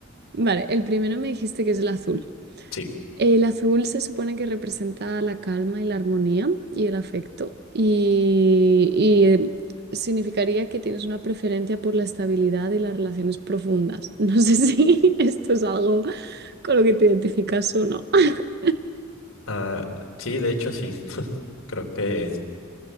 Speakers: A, on the right (about 50°); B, on the left (about 70°).
A: vale, el primero me dijiste que es el azul.
B: Sí.
A: El azul se supone que representa la calma y la armonía y el afecto y, y, eh, significaría que tienes una preferencia por la estabilidad y las relaciones profundas. <laughs> No sé si esto es algo con lo que te identificas o no. <laughs>
B: Ah, sí, de hecho sí. <laughs> Creo que